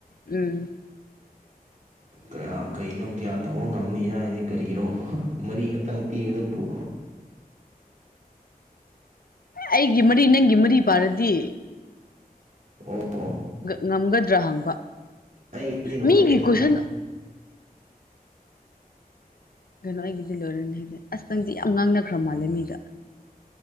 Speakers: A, on the left; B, on the right.
A: ꯎꯝ
B: ꯀꯌꯥ ꯀꯩꯅꯣ ꯀꯌꯥ ꯇꯧꯕ ꯉꯝꯅꯤ ꯍꯥꯏꯔꯗꯤ ꯀꯔꯤꯒꯤꯅꯣ ꯃꯔꯤꯈꯛꯇꯪ ꯄꯤꯕ ꯑꯗꯨꯕꯨ
A: ꯑꯩꯒꯤ ꯃꯔꯤ ꯅꯪꯒꯤ ꯃꯔꯤ ꯄꯥꯔꯗꯤ
B: ꯑꯣ ꯍꯣ
A: ꯉꯝꯒꯗ꯭ꯔꯥ ꯍꯪꯕ
B: ꯑꯩꯗꯤ ꯂꯣꯏꯔꯅꯤꯗ
A: ꯃꯤꯒꯤ ꯀꯣꯏꯁꯟ ꯀꯩꯅꯣ ꯑꯩꯒꯤꯗꯤ ꯂꯣꯏꯔꯅꯤ ꯍꯥꯏꯁꯦ ꯑꯁꯇꯪꯗꯤ ꯌꯥꯝ ꯉꯥꯡꯅꯈ꯭ꯔ ꯃꯥꯜꯂꯦ ꯃꯤꯗ